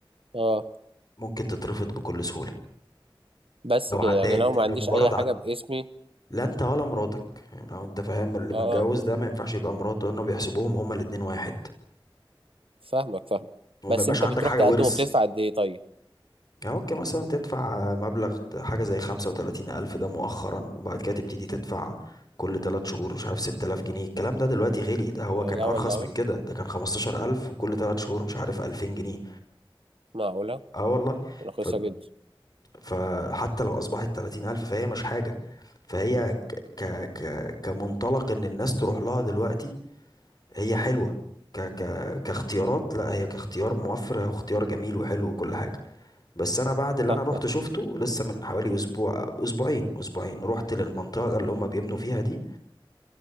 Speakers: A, on the right; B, on the left.
A: اه
B: ممكن تترفض بكل سهوله
A: بس
B: لو
A: كده
B: عداد
A: يعني لو ما
B: لو
A: عنديش
B: مجرد
A: اي
B: عداد
A: حاجه باسمي
B: لا انت ولا مراتك يعني لو انت فاهم اللي
A: اه
B: متجوز ده ما ينفعش يبقى مراته لانه بيحسبوهم هما الاتنين واحد
A: فاهمك فاهم
B: وما
A: بس
B: يبقاش
A: انت
B: عندك
A: بتروح
B: حاجه
A: تقدم
B: ورث
A: وبتدفع قد ايه طيب
B: يعني ممكن مثلا تدفع مبلغ حاجه زي خمسة وتلاتين ألف ده مؤخرا وبعد كده تبتدي تدفع كل تلات شهور مش عارف ستة آلاف جنيه الكلام ده دلوقتي غلي ده هو
A: آه،
B: كان
A: لا
B: أرخص
A: والله
B: من كده ده كان خمستاشر ألف وكل تلات شهور مش عارف ألفين جنيه
A: معقولة
B: اه والله
A: رخيصة
B: ف...
A: جدا
B: فحتى لو اصبحت 30000 فهي مش حاجة فهي ك... ك... ك... كمنطلق ان الناس تروح لها دلوقتي هي حلوة ك... ك... كاختيارات لا هي كاختيار موفر هي اختيار جميل وحلو وكل حاجة بس انا بعد اللي
A: صح
B: انا رحت
A: صح
B: شفته لسه من حوالي اسبوع اسبوعين اسبوعين رحت للمنطقة اللي هم بيبنوا فيها دي